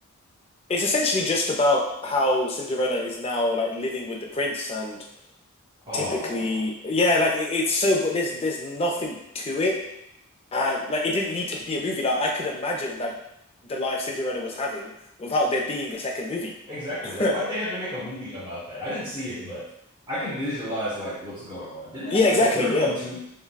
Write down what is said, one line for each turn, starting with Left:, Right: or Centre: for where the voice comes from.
Left: It's essentially just about how Cinderella is now like living with the prince, and
Right: Oh,
Left: typically, yeah, like it, it's so, but there's there's nothing to it. And like it didn't need to be a movie. Like I could imagine like the life Cinderella was having without there being a second movie.
Right: exactly. Like why'd
Left: <laughs>
Right: they have to make a movie about that? I didn't see it, but I can visualize like what's going on. Didn't they
Left: Yeah,
Right: have like
Left: exactly.
Right: a third
Left: Yeah.
Right: one too?